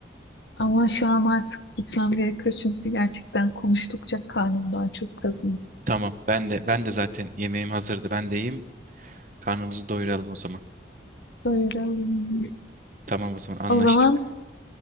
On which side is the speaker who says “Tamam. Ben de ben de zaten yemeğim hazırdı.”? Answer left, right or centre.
Right